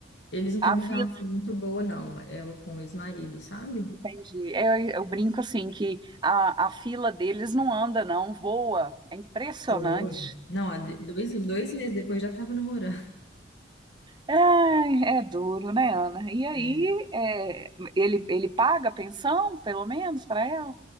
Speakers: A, on the left (about 70°); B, on the right (about 25°).
A: Eles não
B: A
A: têm uma
B: fila,
A: relação muito boa, não, ela com o ex-marido, sabe?
B: entendi. É, Eu, brinco assim que a, a fila deles não anda, não, voa. É impressionante.
A: Boa. Não, há de- dois, dois meses depois já tava namorando.
B: Ai, é duro, né, Ana? E aí,
A: É.
B: é, ele, ele paga a pensão, pelo menos, para ela?